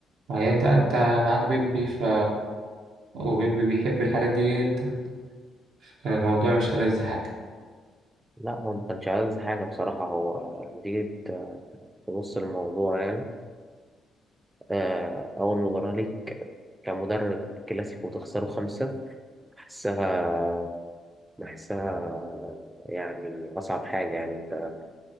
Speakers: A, on the right (about 80°); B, on the right (about 15°).
A: يعني أنت أنت معاك بيبي ف وبيبي بيحب الحاجات دي جدا كان الموضوع مش ألذ حاجة
B: لا هو ما كانش عايز حاجة بصراحة هو لما تيجي تبص للموضوع يعني آه، أول مباراة ليك كمدرب كلاسيكو وتخسره خمسة بحسها بحسها يعني أصعب حاجة يعني أنت